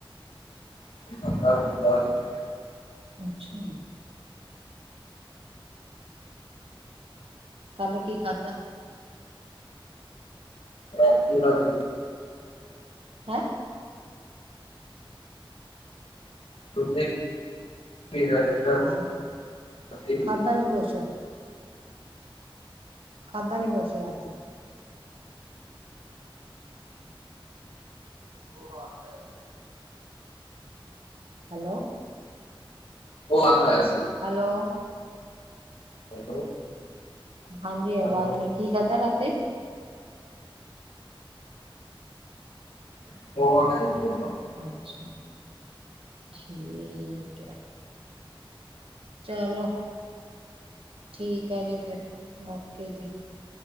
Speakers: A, on the left; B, on the right.
A: <unintelligible>
B: ਅੱਛਾ। ਕੱਲ ਕੀ ਖਾਧਾ?
A: ਰਾਤੀ ਤਾਂ <unintelligible>
B: ਹੈਂ।
A: <unintelligible>
B: ਆਹ,
A: ਰਾਤੀ।
B: ਖਾਧਾ ਨਹੀਂ ਕੁਛ। ਖਾਧਾ ਨਹੀਂ ਕੁਛ ਰਾਤੀ। ਉਹ ਵੱਖ ਹੈ। ਹੈਲੋ।
A: ਉਹ ਆਪ ਆਇਆ ਸੀ।
B: ਹੈਲੋ।
A: ਹੈਲੋ।
B: ਹਾਂਜੀ, ਆਵਾਜ਼
A: ਹੈਲੋ
B: ਨਹੀਂ, ਕੀ ਖਾਧਾ ਰਾਤੀ?
A: <unintelligible>
B: ਅੱਛਾ ਠੀਕ ਹੈ। ਚਲੋ। ਠੀਕ ਹੈ ਜੀ, ਫਿਰ ਓਕੇ ਜੀ,